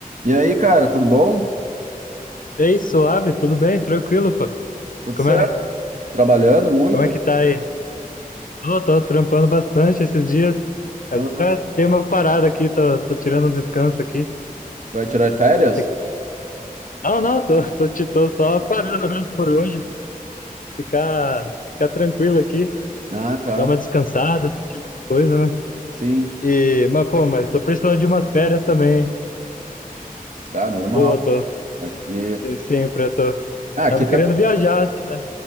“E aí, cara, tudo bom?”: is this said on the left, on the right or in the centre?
Right